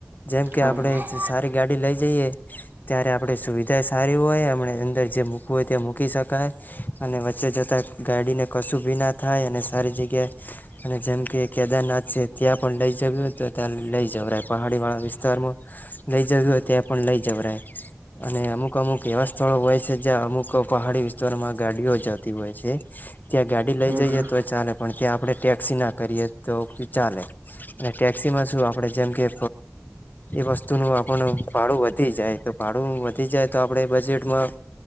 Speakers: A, on the left (about 45°); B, on the right (about 50°).
A: જેમ કે
B: હા
A: આપડે
B: હા
A: સારી જઈએ ત્યારે આપણે સુવિધા સારી હોય એમને અંદર જે મૂકવું હોય તે્યા મૂકી શકાય અને વચ્ચે જતા ગાડીને કશું ભી ના થાય અને સારી જગ્યાએ અને જેમ કે કેદારનાથ છે ત્યાં પણ લઈ જવું હો તો ત્યાં લઈ જવરાય પહાડી વાળા વિસ્તારમાં લઈ જવું હોય ત્યાં પણ લઈ જવરાય અને અમુક અમુક એવા સ્થળો હોય છે જ્યાં અમુક પહાડી વિસ્તારોમાં ગાડીઓ જતી હોય છે ત્યાં ગાડી લઈ
B: હમ
A: જઈએ
B: હમ
A: તો ચાલે પણ ત્યાં આપણે ટેક્સી ના કરીએ તો ચાલે અને ટેક્સીમાં શું આપણે જેમ કે એ વસ્તુનું પણ ભાડું વધી જાય તો ભાડું વધી જાય તો આપણે બજેટમાં